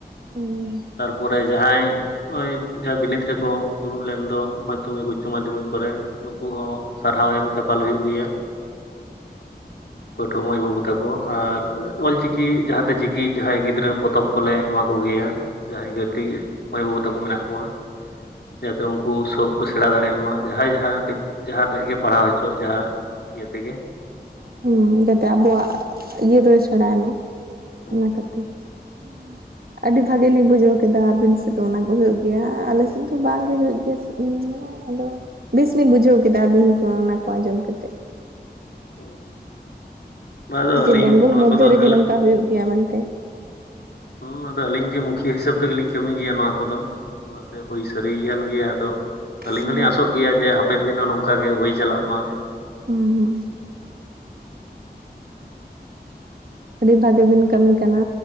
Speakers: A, on the right (about 60°); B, on the left (about 75°).
A: ᱦᱩᱸ
B: ᱯᱚᱨᱮ ᱡᱟᱦᱟᱸᱭ ᱱᱚᱜᱚᱭ ᱡᱟᱦᱟᱸ ᱵᱤᱱᱤᱰ ᱨᱮᱠᱚ ᱫᱩᱲᱩᱵ ᱞᱮᱱ ᱫᱚ, ᱢᱟᱫᱽᱫᱷᱚᱢᱤᱠ ᱩᱪᱪᱚ ᱢᱟᱫᱽᱫᱷᱚᱢᱤᱠ ᱠᱚᱨᱮ ᱱᱩᱠᱩ ᱦᱚᱸ ᱥᱟᱨᱦᱟᱣ ᱮᱢ ᱪᱟᱯᱟᱞ ᱦᱩᱭᱩᱜ ᱜᱮᱭᱟ᱾ ᱯᱟᱹᱴᱷᱩᱣᱟᱹ ᱢᱟᱹᱭ ᱵᱟᱹᱵᱩ ᱛᱟᱠᱚ ᱟᱨ ᱚᱞ ᱪᱤᱠᱤ ᱡᱟᱦᱟᱸᱛᱮ ᱪᱤᱠᱤ ᱠᱤ ᱡᱟᱦᱟᱸᱭ ᱜᱤᱫᱽᱨᱟᱹ ᱯᱚᱛᱚᱵ ᱠᱚᱞᱮ ᱮᱢᱟ ᱠᱚᱜᱮᱭᱟ ᱡᱟᱦᱟᱸᱭ ᱠᱟᱹᱴᱤᱡ ᱢᱟᱹᱭ ᱵᱟᱹᱵᱩ ᱛᱟᱠᱚ ᱢᱮᱱᱟᱜ ᱠᱚᱣᱟ᱾ ᱡᱟᱛᱮ ᱩᱱᱠᱩ ᱥᱚᱵ ᱠᱚ ᱥᱮᱬᱟ ᱫᱟᱲᱮᱭᱟᱜᱼᱼ ᱢᱟ ᱡᱟᱦᱟᱸᱭ ᱡᱟᱦᱟᱸᱰᱤ ᱡᱟᱦᱟᱸᱴᱟᱜ ᱜᱮ ᱯᱟᱲᱦᱟᱣ ᱦᱚᱪᱚᱣᱟᱜ ᱡᱟᱦᱟᱸ ᱤᱭᱟᱹ ᱛᱮᱜᱮ᱾
A: ᱦᱩᱸ ᱡᱟᱛᱮ ᱟᱵᱚᱣᱟᱜ ᱤᱭᱟᱹ ᱫᱚᱭ ᱥᱮᱬᱟᱭ ᱢᱟ
B: ᱦᱩᱸ
A: ᱚᱱᱟ ᱠᱷᱟᱹᱛᱤᱨ᱾ <inaudible> ᱟᱹᱰᱤ ᱵᱷᱟᱜᱤ ᱞᱤᱧ ᱵᱩᱡᱷᱟᱹᱣ ᱠᱮᱫᱟ ᱟᱹᱵᱤᱱ ᱥᱮᱫ ᱫᱚ ᱚᱱᱟ ᱠᱚ ᱦᱩᱭᱩᱜ ᱜᱮᱭᱟ ᱟᱞᱮᱥᱮᱫ ᱫᱚ ᱵᱟᱝᱜᱮ ᱦᱩᱭᱩᱜ ᱜᱮᱭᱟ ᱼᱼ ᱟᱫᱚ ᱵᱮᱥ ᱞᱤᱧ ᱵᱩᱡᱷᱟᱹᱣ ᱠᱮᱫᱟ ᱟᱹᱵᱤᱱ ᱠᱚ ᱚᱱᱟ ᱠᱚ ᱟᱸᱡᱚᱢ ᱠᱟᱛᱮᱜ᱾
B: ᱦᱩᱸ ᱵᱟ ᱟᱫᱚ
A: ᱡᱮ
B: ᱟᱹᱞᱤᱧ
A: ᱵᱮᱝᱜᱚᱞ
B: ᱱᱚᱣᱟ
A: ᱢᱚᱫᱽᱫᱷᱮ
B: ᱠᱚᱫᱚ
A: ᱨᱮᱜᱮ
B: ᱟᱞᱮ
A: ᱱᱚᱝᱠᱟ ᱦᱩᱭᱩᱜ ᱜᱮᱭᱟ ᱢᱮᱱᱛᱮ᱾
B: ᱦᱩᱸ ᱟᱫᱚ ᱟᱹᱞᱤᱧ ᱜᱮ ᱢᱩᱠᱷᱤᱭᱟᱹ ᱦᱤᱥᱟᱹᱵ ᱛᱮᱜᱮᱞᱤᱧ ᱠᱟᱹᱢᱤ ᱜᱮᱭᱟ ᱱᱚᱣᱟ ᱠᱚᱫᱚ᱾ ᱚᱱᱟᱛᱮ ᱦᱩᱭ ᱥᱟᱹᱨᱤᱭ ᱠᱟᱱ ᱜᱮᱭᱟ, ᱟᱫᱚ ᱟᱹᱞᱤᱧ
A: ᱦᱩᱸ
B: ᱦᱚᱞᱤᱧ ᱟᱥᱚᱜ ᱜᱮᱭᱟ ᱡᱮ ᱦᱟᱯᱮᱱ ᱫᱤᱱ ᱦᱚᱸ ᱱᱚᱝᱠᱟ ᱚᱱᱠᱟ ᱜᱮ ᱦᱩᱭ ᱪᱟᱞᱟᱜ ᱢᱟ᱾
A: ᱦᱩᱸ ᱦᱩᱸ ᱟᱹᱰᱤ ᱵᱷᱟᱹᱜᱤ ᱵᱤᱱ ᱠᱟᱹᱢᱤ ᱠᱟᱱᱟ